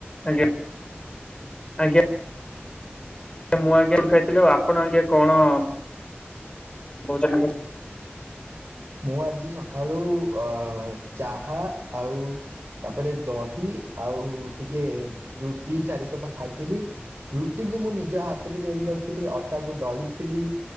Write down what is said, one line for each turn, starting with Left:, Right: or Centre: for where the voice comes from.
Left: ଆଜ୍ଞା। ଆଜ୍ଞା ମୁଁ ଆଜ୍ଞା ଉ ଖାଇଥିଲି ଆପଣ ଆଜ୍ଞା କଣ ମୋ ଜାଣିବାରେ
Right: ମୁଁ ଆଜି ସକାଳୁ ଅ ଚାହା ଆଉ ତାପରେ ଦହି ଆଉ ଟିକେ ରୁଟି ଚାରିପଟ ଖାଇଥିଲି। ରୁଟିକୁ ମୁଁ ନିଜ ହାତରେ ତିଆରି କରିଥିଲି ଅଟାକୁ ଦଳିଥିଲି।